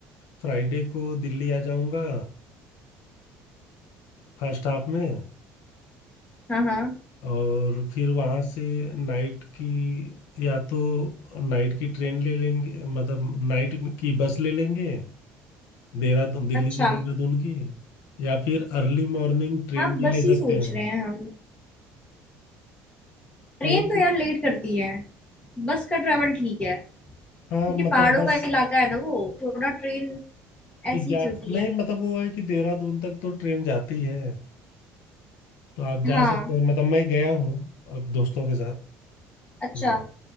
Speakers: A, on the left; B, on the left.
A: फ्राइडे को दिल्ली आ जाऊंगा फर्स्ट हाफ में
B: हाँ हाँ
A: और फिर वहाँ से नाइट की या तो नाइट की ट्रेन ले लेंगे मतलब नाइट की बस ले लेंगे देहरादून दिल्ली
B: अच्छा
A: से देहरादून की या फिर अर्ली मॉर्निंग ट्रेन
B: हाँ
A: भी
B: बस
A: ले
B: ही
A: सकते
B: सोच
A: हैं
B: रहे हैं हम ट्रेन
A: ट्रेन
B: तो
A: भी
B: यार लेट करती है बस का ट्रेवल ठीक है
A: हाँ
B: क्योंकि
A: मतलब
B: पहाड़ों
A: बस
B: का इलाका है ना वो थोड़ा ट्रेन ऐसी
A: ग्यारह
B: ही चलती है
A: नहीं मतलब वो है कि देहरादून तक तो ट्रेन जाती है तो आप जा
B: हाँ
A: सकते हैं मतलब मैं गया हूँ अब दोस्तों के साथ तो
B: अच्छा